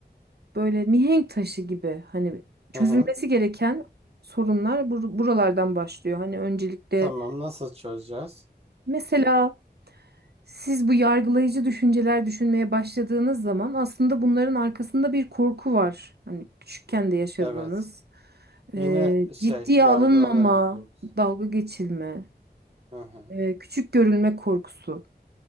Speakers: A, on the right (about 65°); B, on the right (about 35°).
A: böyle mihenk taşı gibi hani çözülmesi
B: Hı hı.
A: gereken sorunlar bur- buralardan başlıyor. Hani öncelikle
B: Tamam. Nasıl çözeceğiz?
A: mesela Siz bu yargılayıcı düşünceler düşünmeye başladığınız zaman aslında bunların arkasında bir korku var. Hani küçükken de yaşadığınız
B: Evet.
A: e,
B: Yine şey
A: ciddiye
B: yargılanırım
A: alınmama,
B: korkusu.
A: dalga geçilme,
B: Hı hı.
A: e, küçük görülme korkusu.